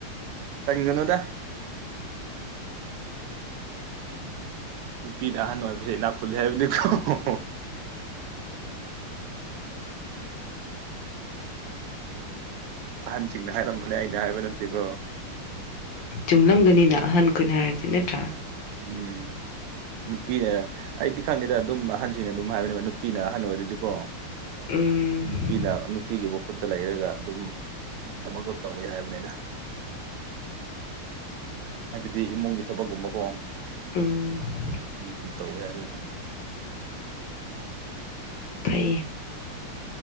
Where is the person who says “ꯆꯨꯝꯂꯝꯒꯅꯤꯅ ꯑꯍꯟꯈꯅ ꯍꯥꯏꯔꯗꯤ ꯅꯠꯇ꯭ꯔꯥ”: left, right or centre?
Left